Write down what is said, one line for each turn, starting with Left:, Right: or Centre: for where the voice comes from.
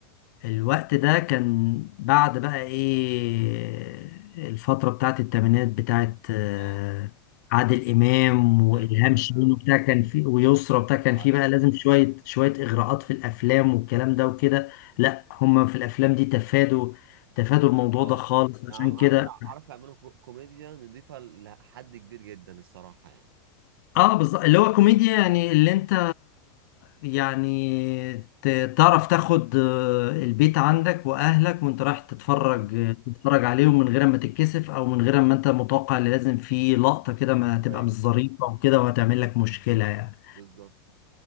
Left: الوقت ده كان بعد بقى ايه الفترة بتاعت التمانينات بتاعت آه،
Right: آه،
Left: عادل إمام وإلهام
Right: تمام
Left: شاهين وبتاع كان في ويسرى وبتاع كان
Right: وعزيز
Left: في بقى لازم شوية شوية إغراءات في الأفلام والكلام ده وكده لا هم في الأفلام دي تفادوا تفادوا الموضوع
Right: اه
Left: ده خالص عشان
Right: يعني عم- عملوا
Left: كده
Right: عارف يعملوا كو- كوميديا نضيفة لحد كبير جدا الصراحة يعني
Left: اه بالظبط اللي هو كوميديا يعني اللي انت يعني ت- تعرف تاخد آه، البيت عندك واهلك وانت رايح تتفرج
Right: اه
Left: تتفرج عليهم من غير ما تتكسف او من غير ما انت متوقع اللي لازم في لقطة كده ما هتبقى
Right: ايوه
Left: مش ظريفة وكده وهتعمل لك مشكلة يعني
Right: بالظبط